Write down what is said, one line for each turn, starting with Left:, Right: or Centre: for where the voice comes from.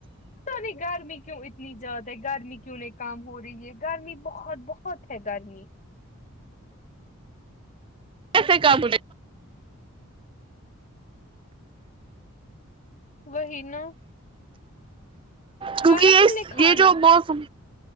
Left: پتا نہیں گرمی کیوں اتنی زیادہ ہے گرمی کیوں نہیں کام ہو رہی ہے گرمی بہت بہت ہوت ہے گرمی
Right: کیسے کام
Left: وہی نا
Right: کیونکہ
Left: کھایا
Right: یہ
Left: تم نے کھانا
Right: یہ جو موسم